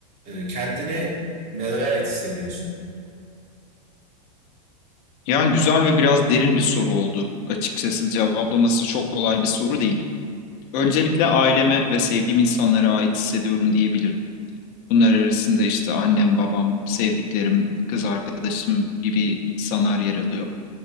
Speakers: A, on the right (about 35°); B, on the left (about 40°).
A: e, kendini nelere ait hissediyorsun?
B: Yani güzel ve biraz derin bir soru oldu açıkçası. Cevaplaması çok kolay bir soru değil. Öncelikle aileme ve sevdiğim insanlara ait hissediyorum diyebilirim. Bunlar arasında işte annem, babam, sevdiklerim, kız arkadaşım gibi insanlar yer alıyor.